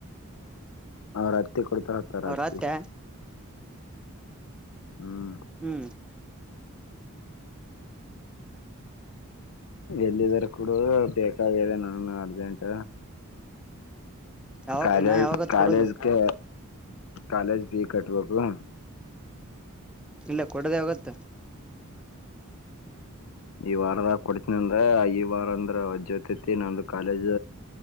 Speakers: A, on the left; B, in the centre.
A: ಅವರ ಅತ್ತಿ ಕೊಡ್ತಾಳಂತ ಅವರ
B: ಅವ್ರ
A: ಅತ್ತಿ
B: ಅತ್ತೆ
A: ಹ್ಮ್
B: ಹ್ಮ್
A: ಎಲ್ಲಿದರ ಕೋಡು ಬೇಕಾಗಾಗಿದೆ ನನಗ ಅರ್ಜೆಂಟ್
B: ಯಾವಾಗ
A: ಕಾಲೇಜ
B: ನಾ ಯಾವಾಗತ್
A: ಕಾಲೇಜ
B: ಕೊಡೋದು
A: ಕೆ ಕಾಲೇಜ ಫೀ ಕಟ್ವಬೇಕ
B: ಇಲ್ಲ ಕೊಡದ ಯಾವಗತ್ತ
A: ಈ ವಾರದಾಗ ಕೊಡತನ ಅಂದ್ರ ಈ ವಾರ ಅಂದ್ರ ವಜ್ಯೋತ ತಿ ನಂದ ಕಾಲೇಜ್